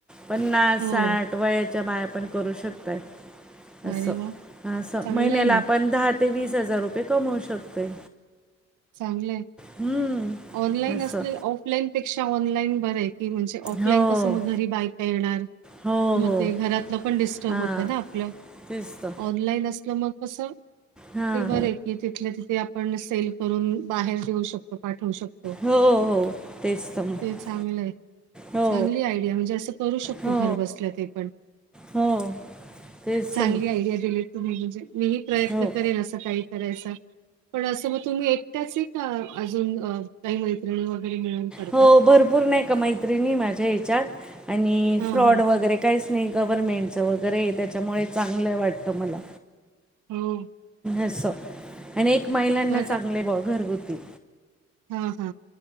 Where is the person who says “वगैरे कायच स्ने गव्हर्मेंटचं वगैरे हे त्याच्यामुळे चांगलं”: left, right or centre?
Centre